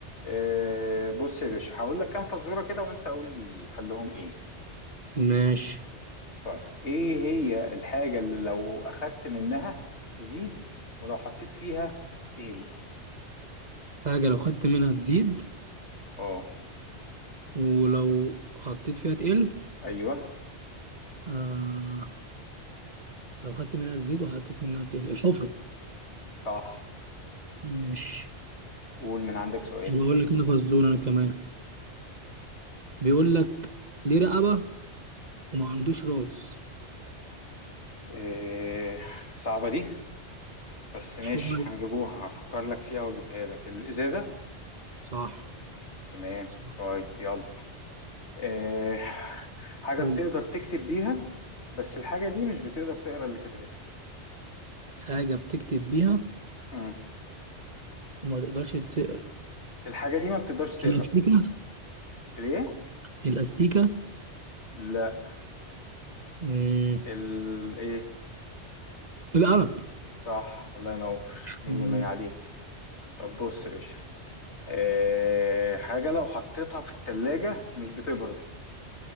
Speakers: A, on the left; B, on the right.
A: آه، بص يا باشا هقول لك كام فزوره كده وانت قول لي حلهم ايه
B: ماشي
A: طيب ايه هي الحاجه اللي لو اخدت منها تزيد ولو حطيت فيها تقل
B: حاجة لو خدت منها تزيد
A: اه
B: ولو حطيت فيها تقل
A: ايوه
B: آه لو خدت منها تزيد وحطيت منها تقل الحفرة
A: صح
B: ماشي
A: قول من عندك سؤال
B: بقول لك أنا فزور أنا كمان بيقول لك ليه رقبة وما عندوش راس
A: إيه صعبه دي بس ماشي
B: شو هاي؟
A: هنجيبوها هفكر لك فيها واجيبها لك الازازه
B: صح
A: تمام
B: صح
A: طيب يلا إيه حاجه
B: قول
A: بتقدر
B: لي.
A: تكتب بيها بس الحاجه دي مش بتقدر تقرا اللي كتبته
B: حاجة بتكتب بيها
A: مم.
B: وما تقدرش ت...
A: الحاجه دي ما بتقدرش تقرا
B: الأستيكة
A: الايه
B: الأستيكة
A: لا
B: مم.
A: الايه
B: القلم
A: صح الله ينور مية
B: مم.
A: مية عليك طب بص يا باشا آه حاجة لو حطيتها في التلاجة مش بتبرد